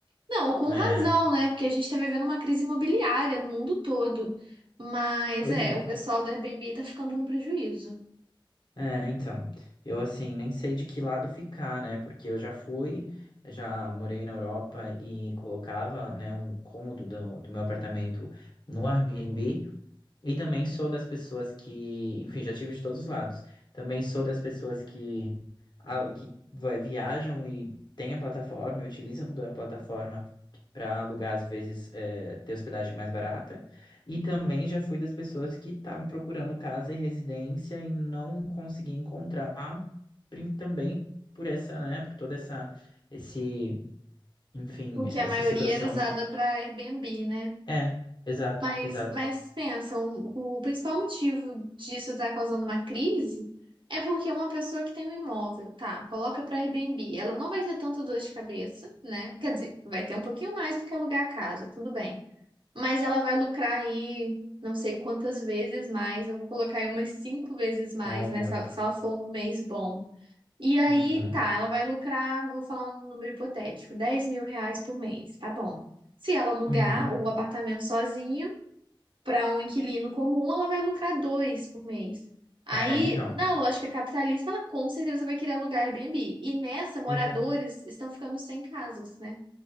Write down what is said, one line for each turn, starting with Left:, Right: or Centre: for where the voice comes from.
Right: Não, com
Left: É,
Right: razão, né? Porque a gente tá vivendo uma crise imobiliária no mundo todo. Mas
Left: pois
Right: é,
Left: é.
Right: o pessoal do Airbnb tá ficando no prejuízo,
Left: É, então, eu assim, nem sei de que lado ficar, né? Porque eu já fui, já morei na Europa e colocava, né, um cômodo do, do meu apartamento no Airbnb. E também sou das pessoas que, enfim, já tive de todos os lados. Também sou das pessoas que, a- que vai- viajam e têm a plataforma, e utilizam da plataforma para alugar, às vezes, eh, ter hospedagem mais barata. E também já fui das pessoas que estavam procurando casa e residência e não consegui encontrar, prin- também por essa, né, por toda essa, esse, enfim,
Right: porque
Left: essa
Right: a maioria
Left: situação
Right: era usada
Left: de...
Right: para Airbnb, né?
Left: É, exato,
Right: Mas,
Left: exato,
Right: mas pensa, o, o principal motivo disso estar causando uma crise é porque uma pessoa que tem um imóvel, tá, coloca para Airbnb, ela não vai ter tanta dor de cabeça, né? Quer dizer, vai ter um pouquinho mais do que alugar a casa, tudo bem. Mas ela vai lucrar aí não sei quantas vezes mais. Eu vou colocar aí umas cinco vezes mais,
Left: óbvio.
Right: né? Se ela, se ela for um mês bom. E aí,
Left: Uhum.
Right: tá, ela vai lucrar, vou falar um número hipotético, dez mil reais por mês, tá bom. Se ela alugar
Left: Uhum.
Right: o apartamento sozinho para um inquilino comum, ela vai lucrar dois por mês. Aí,
Left: É, então.
Right: na lógica capitalista, ela com certeza vai querer alugar Airbnb. E nessa, moradores
Left: Exato.
Right: estão ficando sem casas, né?